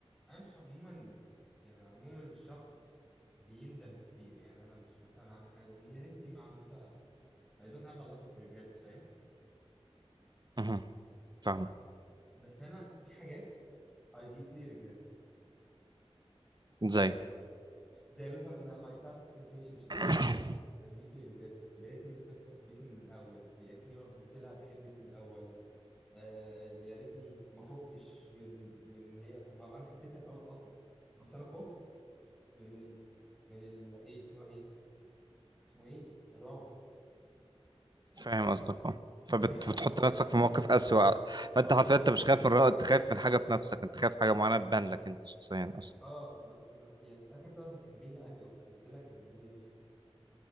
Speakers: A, in the centre; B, on the right.
A: انا مش عموما يعني عموما مش شخص بيندم كتير يعني انا مش مثلا اعمل حاجه اقول يا ريتني ما عملتها I don't have a lot of regrets فاهم
B: اها فاهمة
A: بس انا في حاجات I deeply regret
B: ازاي
A: زي مثلا my past situationship دي
B: <coughs>
A: I deeply regret يا ريتني صاحبت صاحبتي من الاول يا ريتني ما قلت لها بحبك من الاول آه يا ريتني ما خفتش من من هي ما انا حبيتها الاول اصلا بس انا خفت من ال من ال ايه اسمها ايه اسمه ايه الرفض
B: فاهم قصدك اه فبتحط
A: وهي اصلا كانت بتحبني
B: نفسك في موقف
A: عادي
B: أسوأ فأنت
A: اه
B: حرفيا أنت مش خايف من رأي أنت خايف من حاجة في نفسك أنت خايف حاجة معينة تبان لك أنت شخصيا أصلا
A: اه بس في الأ- يعني في الاخر طلعت بتحبني عادي قلت لها كانت الدنيا مشيت